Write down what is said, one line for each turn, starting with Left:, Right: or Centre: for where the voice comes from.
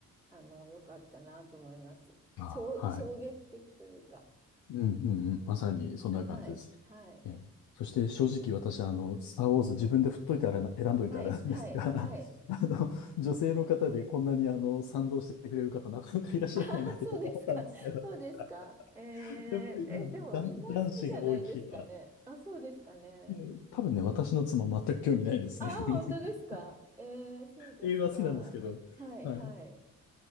Centre: あの、良かったなと思います。
Left: あ、
Centre: 衝、
Left: はい。
Centre: 衝撃的というか、
Left: うんうんうん。まさにそんな感じです。
Centre: はい、はい、
Left: え、そして正直私、あの、スター・ウォーズ自分で振っといてあれな、選んどいてあれなんですが、
Centre: はい、はい、はい。
Left: <laughs> あの、女性の方でこんなにあの、賛同してくれる方なかなかいらっしゃらないなってちょっと思ったんですけど、
Centre: <laughs> あ、そうですか。そうですか。えー、
Left: <laughs> やっぱり、
Centre: え、
Left: まあ、
Centre: でもみんな好きじゃないですかね。
Left: 男男子が多い気が。
Centre: あ、そうですかね。
Left: うん多分ね、私の妻全く興味ないですね。
Centre: あ、
Left: <laughs>
Centre: 本当ですか。えー、そうですか。
Left: 映画は好きなんですけど。
Centre: はい、
Left: はい。
Centre: はい。
Left: ま